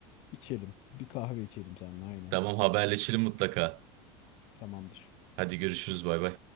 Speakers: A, on the left (about 50°); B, on the right (about 60°).
A: İçelim. Bir kahve içelim seninle aynen.
B: Tamam haberleşelim mutlaka.
A: Tamamdır.
B: Hadi görüşürüz bay bay.